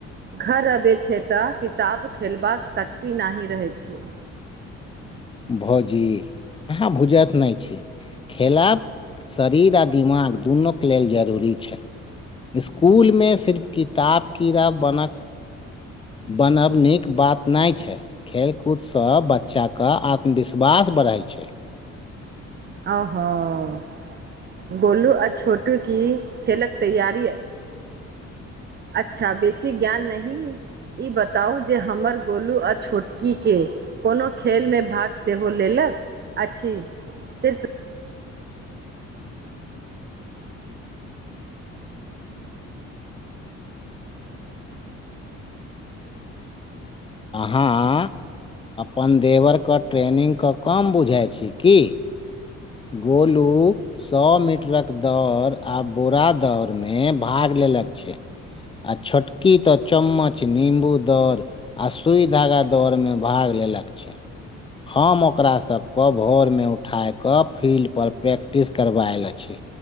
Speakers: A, on the right (about 35°); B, on the left (about 20°).
A: घर अबे छै तऽ किताब खेलबाक शक्ति नहि रहै छै
B: भौजी अहाँ बुझत नहि छी खेलाब शरीर आ दिमाग दुनूके लेल जरूरी छै इसकुलमे सिर्फ किताब कीड़ा बनक बनब नीक बात नहि छै खेल कूदसँ बच्चा कऽ आत्मविश्वास बढ़ै छै
A: आ हों गोलू आ छोटू की खेलक तैयारी अच्छा बेसी ज्ञान नही ई बताउ जे हमर गोलू आ छोटकीके कोनो खेलमे भाग सेहो लेलक अछि सिर्फ
B: आहाँ अपन देवर कऽ ट्रेनिंग क काम बुझाइ छी की गोलू सौ मीटरक दौड़ आ बुरा दौड़मे भाग लेलक छै आ छोटकी तऽ चम्मच निम्बू दर आ सुइ धागा दौड़मे भाग लेलक छै हम ओकरा सबके भोरमे उठाय क फील्ड पर प्रैक्टिस करबायल अछि